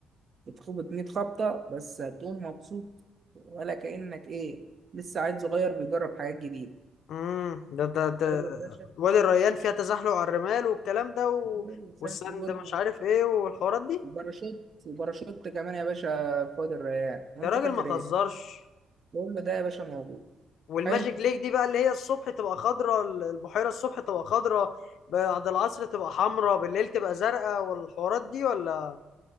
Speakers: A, on the right; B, on the left.
A: بتخبط 100 خبطة بس هتقوم مبسوط ولا كأنك إيه لسه عيل صغير بيجرب حاجات جديده
B: امم ده ده ده
A: أيوة يا باشا
B: وادي الريان فيها تزحلق على الرمال والكلام ده و...
A: مم، ساعة
B: والسند
A: برج
B: مش عارف ايه والحوارات دي
A: وباراشوت وباراشوت كمان يا باشا في وادي الريان وأنت
B: يا راجل
A: فاكر
B: ما تهزرش
A: إيه؟ كل ده يا باشا موجود
B: والماجيك
A: حلو
B: ليك دي بقى اللي هي الصبح تبقى خضراء البحيرة الصبح تبقى خضراء بعد العصر تبقى حمراء بالليل تبقى زرقاء والحوارات دي ولا